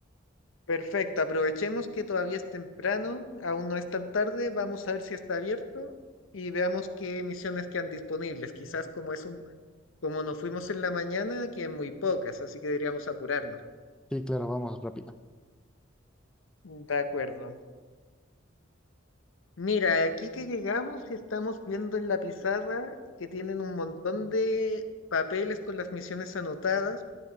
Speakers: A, on the left; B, in the centre.
A: Perfecto, aprovechemos que todavía es temprano, aún no es tan tarde, vamos a ver si está abierto y veamos qué misiones quedan disponibles. Quizás como es un, como nos fuimos en la mañana, quedan muy pocas, así que deberíamos apurarnos.
B: Sí, claro, vamos rápido.
A: De acuerdo. Mira, aquí que llegamos estamos viendo en la pizarra que tienen un montón de papeles con las misiones anotadas.